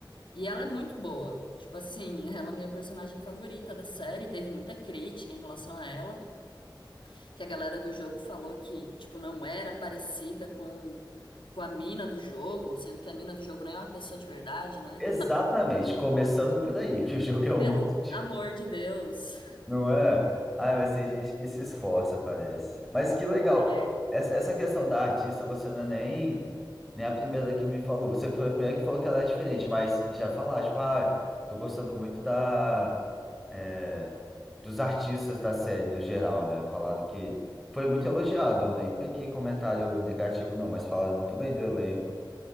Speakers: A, on the left; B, in the centre.
A: E ela é muito boa. Tipo assim, <laughs> ela é minha personagem favorita da série. Teve muita crítica em relação a ela, que a galera do jogo falou que, tipo, não era parecida com, com a mina do jogo, sendo que a mina do jogo nem é uma pessoa de verdade, né?
B: Exatamente, começando por aí, que o jogo é um
A: Pelo
B: monte de...
A: amor de Deus,
B: Não é? Ah, mas tem gente que se esforça, parece. Mas que legal.
A: <laughs> parece.
B: Essa, essa questão da artista, você não é nem, nem a primeira que me falou. Você foi a primeira que falou que ela é diferente, mas já falar, tipo, ah, tô gostando muito da, é, dos artistas da série no geral, né? Falaram que foi muito elogiado, nem peguei comentário negativo, não, mas falaram muito bem do elenco.